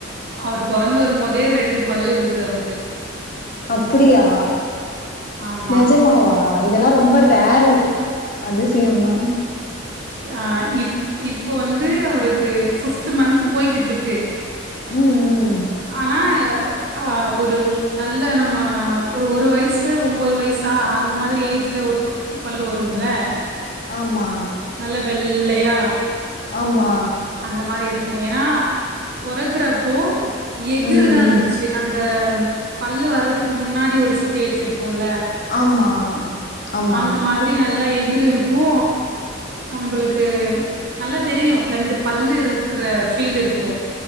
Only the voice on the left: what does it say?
அப்படியா
நெஜமாவா இதெல்லா ரொம்ப ரேரு அதிசியம் தா
ம் ம்
ஆமா
ஆமா
ம் ம்
ஆமா ஆமா